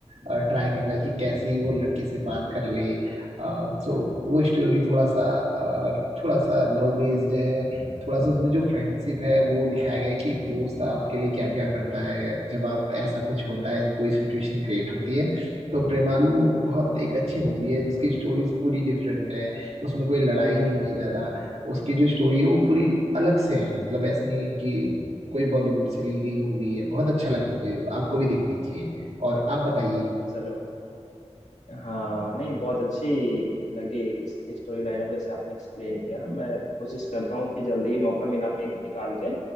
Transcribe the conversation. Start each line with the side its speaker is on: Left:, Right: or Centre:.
Right: ट्राई कर रहा है कि कैसे ही वो लड़के से बात कर ले सो वो स्टोरी थोड़ा सा अ, थोड़ा सा लव बेस्ड है थोड़ा सा उसमें जो फ्रेंडशिप है वो दिखाया गया है कि एक दोस्त आपके लिए क्या क्या करता है जब आप ऐसा कुछ होता है कोई सिचुएशन क्रिएट होती है तो प्रेमालू बहुत एक अच्छी मूवी है उसकी स्टोरीज पूरी डिफरेंट है उसमें कोई लड़ाई नहीं है ज्यादा उसकी जो स्टोरी है वो पूरी अलग से है मतलब ऐसा नहीं है कि कोई बॉलीवुड से ली गई मूवी है बहुत अच्छा लगा मुझे आपको भी देखनी चाहिए और आप बताइए
Left: चलो हाँ नहीं बहुत अच्छी लगी इसकी स्टोरी लाइनअप जैसे आपने एक्सप्लेन किया ना मैं कोशिश करता हूँ कि जल्दी ही मौका मिला मैं निकाल के